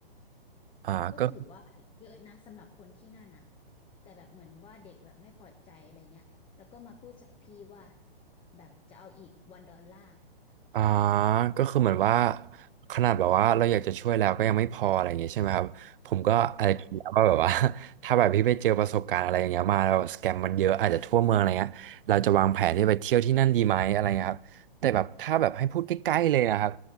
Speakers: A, on the right; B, on the left.
A: อ่าก็
B: ก็ถือว่าเยอะนะสำหรับคนที่นั่นน่ะแต่แบบเหมือนว่าเด็กแบบไม่พอใจอะไรเงี้ยแล้วก็มาพูดใส่พี่ว่าแบบจะเอาอีกวันดอลลาร์
A: อ่าก็คือเหมือนว่าขนาดแบบว่าเราอยากจะช่วยแล้วก็ยังไม่พออะไรอย่างเงี้ยใช่ไหมครับผมก็อะไรคิดแล้วว่าแบบว่า
B: ใช่
A: <laughs> ถ้าแบบพี่ไปเจอประสบการณ์อะไรอย่างเงี้ยมาแล้วสแกมมันเยอะอาจจะทั่วเมืองอะไรเงี้ยเราจะวางแผนที่ไปเที่ยวที่นั่นดีไหมอะไรเงี้ยครับแต่แบบถ้าแบบให้พูดใกล้ๆเลยนะครับ